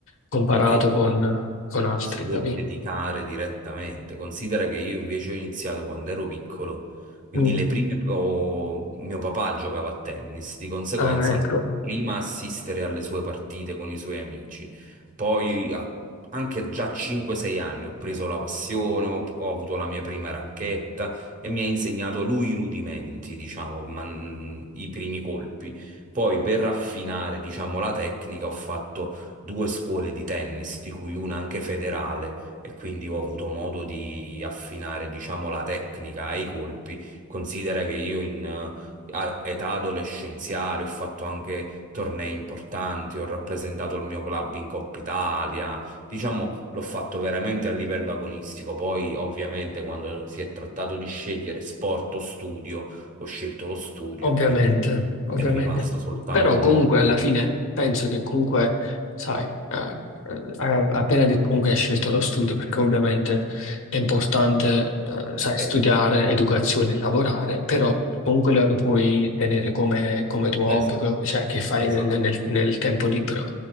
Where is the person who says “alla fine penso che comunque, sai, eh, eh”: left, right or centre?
Left